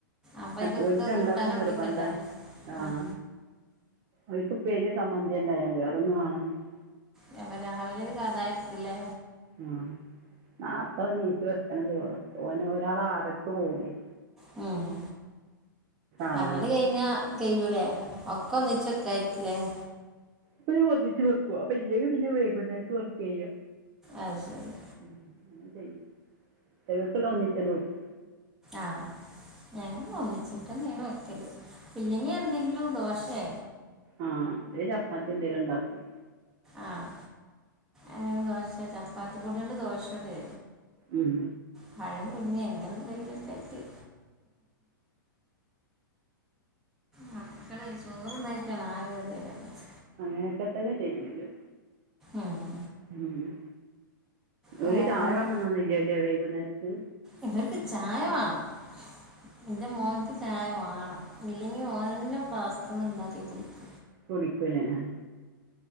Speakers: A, in the centre; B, on the right.
A: അപ്പം
B: മറ്റുഓല്ക്ക്‌
A: അതിക്കൊക്കെ
B: രണ്ടാക്കും
A: കൂട്ടാൻ ഒപ്പിക്കണ്ടേ
B: നിർബന്ധ ആഹ്
A: ആ
B: ഓല്ക്ക് പെര്യോ സമ്മന്തിയൊ ഉണ്ടായമതി. വേറൊന്നും വേണന്നില്ല
A: രവ രാവിലെ ഒരു കഥായിരിക്കൂല്ലേ
B: ഹാ നാർത്ത നീച്ച് വെക്കണം ചോറ് ഓന ഒരാൾ ആറര ക്ക് പോകെയ് യി
A: മ്മ്
B: ആവണം
A: അതണ് കയിഞ്ഞാ കയ്യൂലെ ഒക്ക ഒന്നിച്ച് <unintelligible>
B: പ്പ ഞാൻ ഒന്നിച്ച് വെക്കും അപ്പൊ ഇല്ലെങ്കി പിന്നെ വൈകുന്നേരത്ത് വെക്കാ യ്യാ
A: ആയ് ശരി
B: ഉം അങ്ങനെ ചെയും ച്ചക്കക്ക് ള്ള ഒന്നിച്ചങ് വെക്കു
A: ആഹ് ഞാൻ ഒന്നിച്ചിട്ടെന്നേണ് വെക്കല് ഇ ല്ലെങ്കി എന്തെങ്കിലും ദോശേ
B: ആഹ് അല്ലെങ്കി ചപ്പാത്തി എന്തേലു ണ്ടാക്കും
A: ആഹ് അങ്ങനെ ദോശ ചപ്പാത്തി പൊടിയൊണ്ട് ദോശചുടെ
B: ഉം
A: പഴം പുഴുങ്ങേ എങ്ങനെ എന്തെങ്കിലുംക്കെ ആയിട്ട് മക്കള ചോറു ന്നായിറ്റാണ് ആകെ കേതീ ടായത്
B: അങ്ങനൊക്കെ തന്നെ ചെയ്യല്
A: ആഹ്
B: ഉഉം
A: വേറെന്താ
B: ഓല് ചായ വേണന്നൊന്നില്ലലെ വൈകുന്നേരത്ത്
A: ഇവർക്ക് ചായ വേണം. ഇ ന്റെ മോൻക്ക് ചായ വാണം ഇല്ലെങ്കിഓനന്നെ ഫ്ലാസ്ക്ന്ന് ണ്ടാക്കി കുടിക്ക്
B: കുടിക്കൂലെ ആ